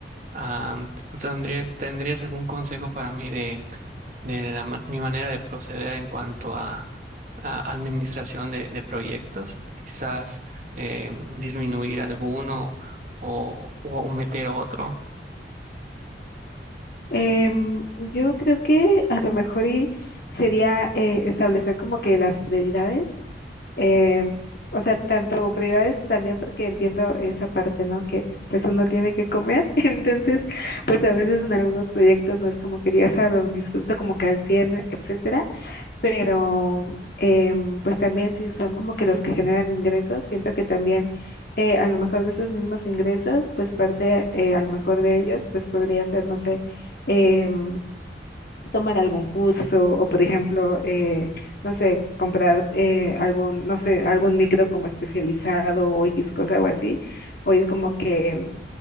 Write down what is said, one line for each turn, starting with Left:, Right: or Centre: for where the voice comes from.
Right: Ah, ¿tú tendría- tendrías algún consejo para mí de la ma- mi manera de proceder en cuanto a, a administración de, de proyectos, quizás eh, disminuir alguno o, o meter otro.
Left: Em, yo creo que a lo mejor y sería eh, establecer como que las prioridades Eh, o sea, tanto prioridades también porque entiendo esa parte, ¿no? Que pues uno tiene que comer, <laughs> entonces pues a veces en algunos proyectos no es como que digas, ah, lo disfruto como que al 100 etcétera, pero em, pues también si son como que los que generan ingresos, siento que también eh, a lo mejor de esos mismos ingresos, pues parte eh, a lo mejor de ellos, pues podría ser, no sé, em, tomar algún curso o, por ejemplo, eh, no sé, comprar eh, algún, no sé, algún micro como especializado o X cosa o así, o ir como que,